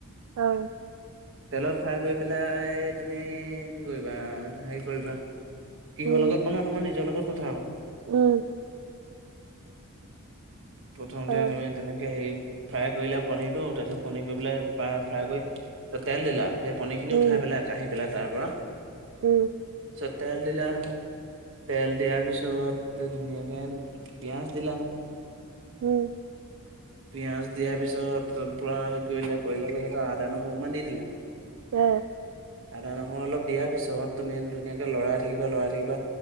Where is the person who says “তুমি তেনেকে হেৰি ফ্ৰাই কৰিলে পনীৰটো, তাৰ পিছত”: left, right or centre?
Right